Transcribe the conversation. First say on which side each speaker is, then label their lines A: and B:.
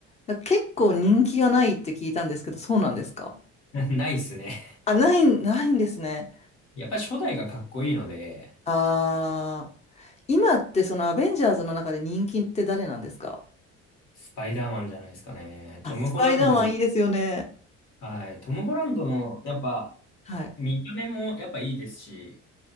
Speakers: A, on the left (about 20°); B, on the left (about 75°).
A: あ、結構人気がないって聞いたんですけど、そうなんですか
B: <laughs> ないっすね。
A: あ、ない、ないんですね。
B: やっぱ初代がかっこいいので、
A: ああ、今ってそのアベンジャーズの中で人気って誰なんですか
B: スパイダーマンじゃないですかね。
A: あ、
B: トム・
A: スパイダーマンいいですよね。
B: ホランド、はい、トム・ホランドのやっぱ
A: はい。
B: 見た目もやっぱいいですし、